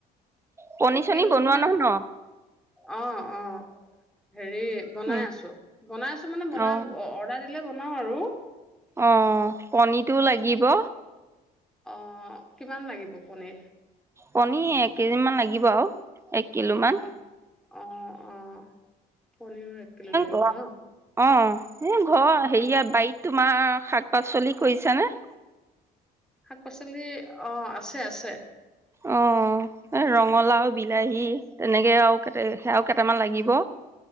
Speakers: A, on the right (about 15°); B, in the centre.
A: পনী
B: এই ক্ৰ্ৰীমটো
A: চনী বনোৱা
B: মানে।
A: নহয় ন?
B: অ', অ', হেৰি বনাই
A: উম।
B: আছো বনাই আছো মানে বনাই
A: অ',
B: অৰ্ডাৰ দি। বনাও আৰু।
A: অ', পণীটোৰ লাগিব।
B: অ', কিমান লাগিব পনীৰ।
A: পণী এক কেজিমান লাগিব আৰু। এক কিলোমান।
B: অ অ', অ', পনীৰ এক কিলো লাগিব
A: ঘৰ
B: ন।
A: অ', এ ঘৰ হেৰিয়া বাৰীত তোমাৰ শাক পাচলি কৰিছানে।
B: শাক পাচলি অ আছে আছে।
A: অ', ৰঙালাও, বিলাহী তেনেকে আৰু সেয়াও কেইটামান লাগিব।